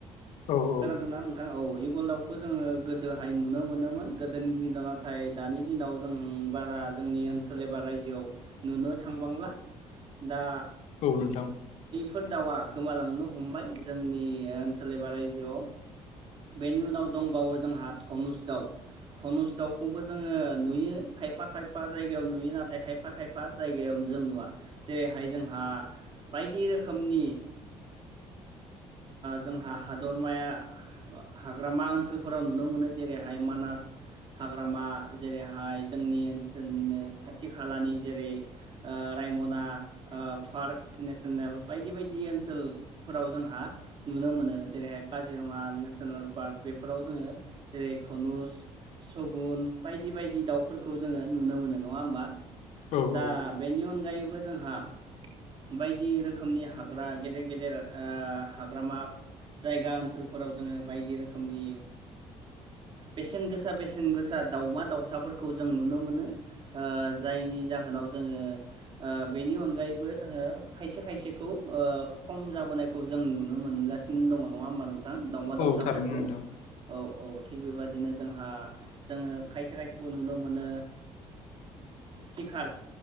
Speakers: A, on the left; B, on the right.
A: औ औ
B: खोनादोंना नोंथां औ इगल दाउखौ जोङो गोदोहाय नुनो मोनोमोन गोदोनि दिनाव नाथाय दानि दिन दिनाव जों बारा जोंनि ओनसोल एबा रायजोआव नुनो थांबांला दा
A: औ नोंथां।
B: बेफोर दाउआ गोमालांनो हमबाय जोंनि ओनसोल एबा रायजोआव बेनि उनाव दंबावो जोंहा धनुस दाउ धनुस दाउखौबो जोङो नुयो खायफा खायफा जायगायाव नुयो नाथाय खायफा खायफा जायगायावु जों नुया जेरैहाय जोंहा बायदि रोखोमनि जोंहा हादरमाया हाग्रामा ओनसोलफोराव नुनो मोनो जेरैहाय मानास हाग्रामा जेरैहाय जोंनि ओनसोलनिनो खाथि खालानि जेरै रायमना पार्क नेसनेल बायदि बायदि ओनसोलफोराव जोंहा नुनो मोनो जेर जेरैहाय काजिरङा नेसनेल पार्क बेफोराव जोङो जेरै धनुस सगुन बायदि बायदि दाउफोरखौ जोङो नुनो मोनो नङा होमबा
A: औ
B: दा
A: औ
B: बेनि अनगायैबो जोंहा बायदि रोखोमनि हाग्रा गेदेर गेदेर हाग्रामा जायगा ओनसोलफोराव जोङो बायदि रोखोमनि बेसेन गोसा बेसेन गोसा दाउमा दाउसाफोरखौ जों नुनो मोनो जायनि जाहोनाव जोङो बेनि अनगायैबो जोङो खायसे खायसेखौ खम जाबोनायखौ जों नुनो मोनगासिनो सिनो दङ नङा होमबा नोंथां दाउमा दाउसाफोरखौ
A: औ थारैनो नोंथां
B: औ थिग बेबाददिनो जोंहा जोङो खायसे खायसेखौ नुनो मोनो। सिखार